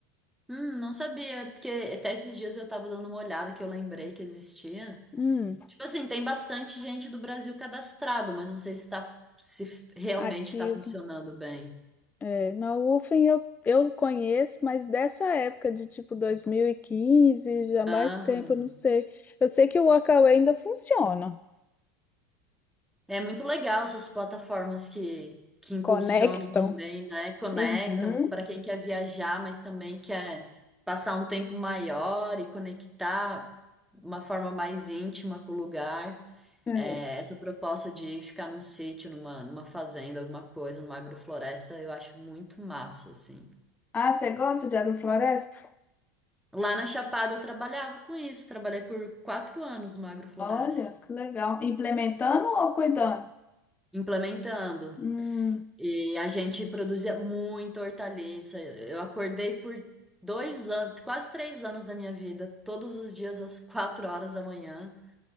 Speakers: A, in the centre; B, on the left.
A: Hum, não sabia, porque até esses dias eu tava dando uma olhada que eu lembrei que existia.
B: Hum,
A: Tipo assim, tem bastante gente do Brasil cadastrado, mas não sei se tá, se realmente
B: ativo.
A: tá funcionando bem.
B: É, na UFEM eu, eu conheço, mas dessa época de tipo 2015 já mais
A: Aham.
B: tempo, eu não sei. Eu sei que o Workaway ainda funciona.
A: É muito legal essas plataformas que, que impulsionam
B: Conectam.
A: também, né? Conectam
B: Uhum.
A: para quem quer viajar, mas também quer passar um tempo maior e conectar uma forma mais íntima com o lugar.
B: É.
A: É, essa proposta de ficar num sítio, numa, numa fazenda, alguma coisa, numa agrofloresta, eu acho muito massa, assim.
B: Ah, você gosta de agrofloresta?
A: Lá na Chapada eu trabalhava com isso, trabalhei por quatro anos numa agrofloresta,
B: Olha, que legal. Implementando ou cuidando?
A: implementando.
B: Hum,
A: E a gente produzia muita hortaliça. Eu acordei por dois anos, quase três anos da minha vida, todos os dias às <laughs> quatro horas da manhã,